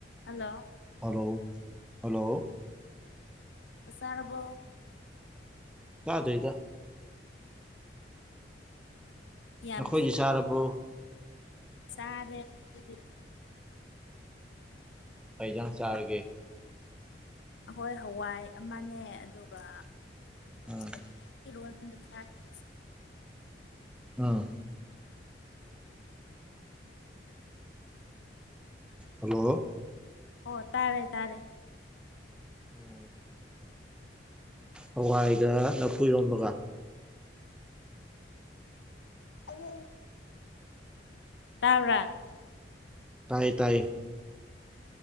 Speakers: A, on the left; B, in the centre.
A: hello
B: hello hello
A: ꯑꯁꯔꯔꯕꯣ
B: ꯁꯥꯗꯒ
A: ꯌꯥꯝ
B: ꯅꯈꯣꯏꯁꯤ ꯁꯥꯔꯕ
A: ꯁꯥꯦ ꯍꯧ
B: ꯑꯩ ꯏꯟꯖꯥꯡ ꯆꯥꯔꯒꯦ
A: ꯑꯩꯈꯣꯏ ꯍꯋꯥꯏ ꯑꯃꯅꯦ ꯑꯗꯨꯒ
B: ꯑꯣ
A: ꯏ
B: ꯑꯥ ꯍꯜꯂꯣ
A: ꯑꯣ ꯇꯥꯔꯦ ꯇꯥꯔꯦ
B: ꯑꯣ ꯍꯋꯥꯏꯒ ꯂꯐꯨꯔꯣꯝꯕꯒ
A: ꯑꯗꯨ ꯇꯥꯎꯔꯥ
B: ꯇꯥꯏ ꯇꯥꯏ